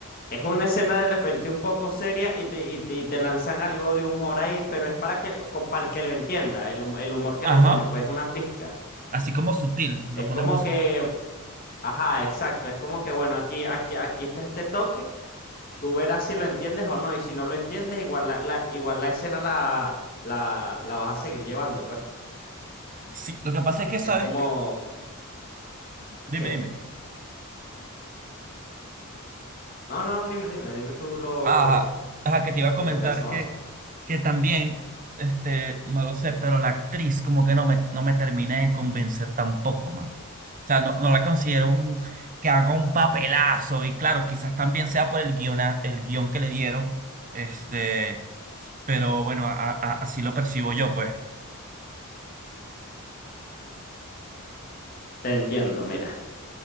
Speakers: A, on the left; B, on the right.
A: Es una escena de repente un poco seria y te, y te, y te lanzan algo de humor ahí, pero es para que, co- para el que lo entienda, el, hum- el humor que
B: Ajá,
A: le ponen, pues es una pizca.
B: así como sutil, lo
A: Es
B: pone
A: como
B: muy sutil.
A: que, ajá, exacto, es como que, bueno, aquí, aquí, aquí está este toque, tú verás si lo entiendes o no, y si no lo entiendes, igual la, la- igual la escena la, la, la vas a seguir llevando, pues.
B: Sí, lo que pasa es que
A: Es
B: sabes
A: como,
B: que... Dime,
A: ¿qué?
B: dime.
A: No, no, dime, dime, dime tú lo,
B: Ajá, ajá, que te iba a comentar
A: lo que pensabas.
B: que, que también, este, no lo sé, pero la actriz como que no me, no me terminé de convencer tampoco, man. O sea, no, no la considero un, que haga un papelazo y claro, quizás también sea por el guion, el guión que le dieron, este, pero bueno, a- a- a- así lo percibo yo, pues.
A: Te entiendo, mira.